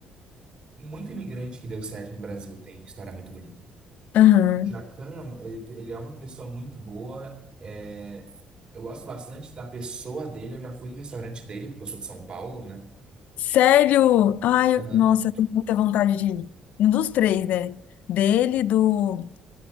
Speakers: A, on the right (about 40°); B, on the left (about 75°).
A: Muito imigrante que deu certo no Brasil tem história muito bonita.
B: Aham.
A: Jacan ele ele é uma pessoa muito boa. é, Eu gosto bastante da pessoa dele. Eu já fui no restaurante dele, porque eu sou de São Paulo, né?
B: Sério? Ai,
A: Aham.
B: eu- nossa, eu tenho muita vontade de ir. Um dos três, né? Dele, do.